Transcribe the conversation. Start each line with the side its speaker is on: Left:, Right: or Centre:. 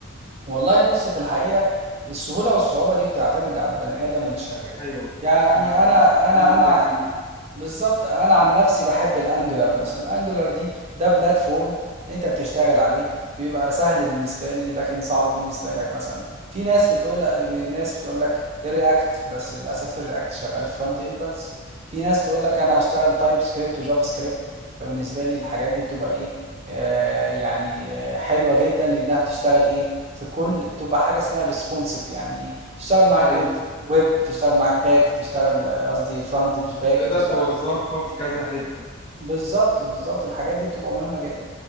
Right: والله بص في الحقيقة السهولة والصعوبة دي بتعتمد على البني آدم اللي شغال
Left: ايوه
Right: يعني
Left: ما
Right: أنا
Left: بتخلي
Right: أنا أنا
Left: كده كتير
Right: بالظبط انا عن نفسي بحب الانجلر مثلا الانجلر دي ده بلاتفورم انت بتشتغل عليه بيبقى سهل بالنسبه لي لكن صعب بالنسبه لك مثلا في ناس بتقول لك ناس بتقول لك الرياكت بس للاسف الرياكت شغال فرونت اند بس في ناس تقول لك انا هشتغل تايب سكريبت وجافا سكريبت فبالنسبه لي الحاجات دي بتبقى ايه آه يعني آه حلوه جدا لانها بتشتغل ايه في كل بتبقى حاجه اسمها ريسبونسيف يعني تشتغل معاك
Left: ايوه
Right: ويب ويب تشتغل معاك باك تشتغل آه، قصدي فرونت باك
Left: تقدر
Right: تشتغل
Left: توظفها في كذا حته
Right: بالظبط بالظبط الحاجات دي بتبقى مهمة جدا